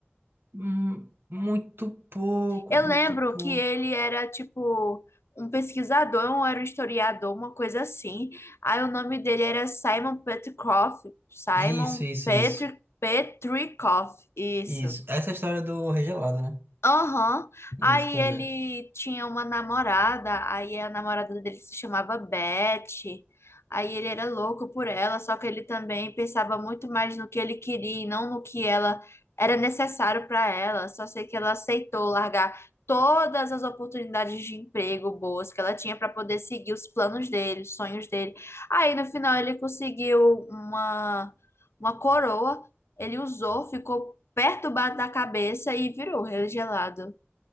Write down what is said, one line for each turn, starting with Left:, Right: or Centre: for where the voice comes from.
Right: Hum, muito pouco,
Left: Eu
Right: muito
Left: lembro
Right: pouco.
Left: que ele era, tipo, um pesquisador, ou era um historiador, uma coisa assim. Aí o nome dele era Simon Petrikov. Simon
Right: Isso, isso,
Left: Petri
Right: isso.
Left: Petrikov, isso.
Right: Isso. Essa é a história do Regelado, né?
Left: Aham.
Right: Isso,
Left: Aí
Right: pois
Left: ele
Right: é.
Left: tinha uma namorada, aí a namorada dele se chamava Beth. Aí ele era louco por ela, só que ele também pensava muito mais no que ele queria e não no que ela era necessário para ela. Só sei que ela aceitou largar todas as oportunidades de emprego boas que ela tinha para poder seguir os planos dele, os sonhos dele. Aí no final ele conseguiu uma uma coroa, ele usou, ficou perturbado na cabeça e virou regelado.